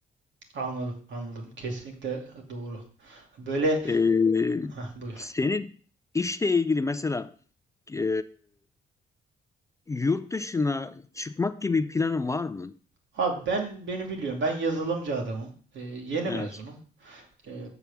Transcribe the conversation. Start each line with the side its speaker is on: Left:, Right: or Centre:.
Right: Anladım, anladım. Kesinlikle doğru. Böyle
Left: Ee,
Right: Heh, buyur.
Left: senin işle ilgili mesela e, yurt dışına çıkmak gibi planın var mı?
Right: Abi ben beni biliyorum. Ben yazılımcı adamım. Ee, yeni
Left: Evet.
Right: mezunum. Ee,